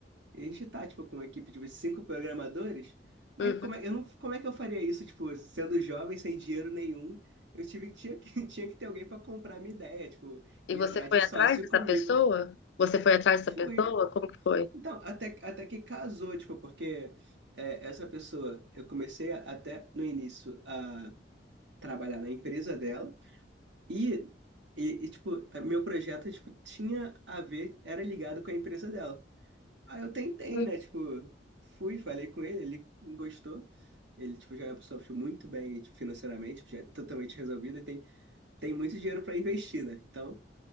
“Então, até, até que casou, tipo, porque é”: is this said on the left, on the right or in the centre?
Right